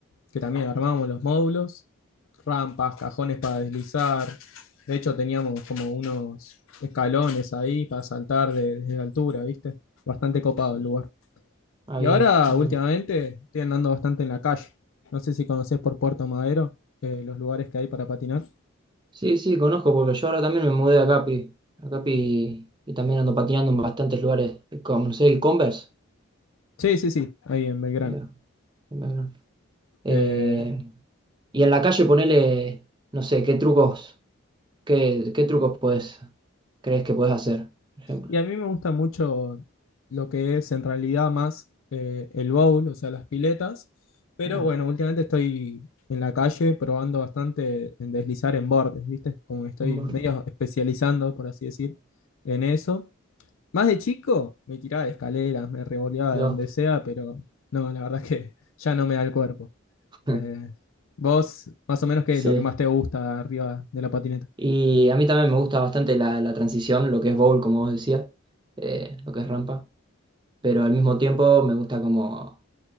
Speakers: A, on the left (about 70°); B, on the right (about 20°).
A: que también armábamos los módulos, rampas, cajones para deslizar. De hecho, teníamos como unos escalones ahí para saltar de- desde altura, ¿viste? Bastante copado
B: sí.
A: el lugar.
B: Ah,
A: Y
B: bien,
A: ahora,
B: muy
A: últimamente,
B: bueno.
A: estoy andando bastante en la calle. No sé si conocés por Puerto Madero, eh, los lugares que hay para patinar.
B: Sí, sí, conozco, porque yo ahora también me mudé a Capi, a Capi y, y también ando patinando en bastantes lugares, como no sé, el Converse.
A: Sí, sí, sí, ahí en Belgrano.
B: eh, bueno, eh,
A: Eh,
B: y en la calle ponele, no sé, qué trucos, qué, qué trucos puedes, crees que puedes hacer, por ejemplo.
A: Y a mí me gusta mucho lo que es en realidad más eh, el bowl, o sea, las piletas. Pero
B: Ahí va.
A: bueno, últimamente estoy en la calle probando bastante en deslizar en bordes, ¿viste? Como que estoy
B: Bueno,
A: medio especializando, por así decir, en eso. Más de chico me tiraba de escaleras, me revoleaba
B: ahí
A: de
B: va.
A: donde sea, pero no, la verdad <laughs> es que ya no me da el cuerpo.
B: <laughs>
A: Eh, vos, más o menos, ¿qué
B: Sí.
A: es lo que más te gusta arriba de la patineta?
B: Y a mí también me gusta bastante la, la transición, lo que es bowl, como vos decías, eh, lo que es rampa. Pero al mismo tiempo me gusta como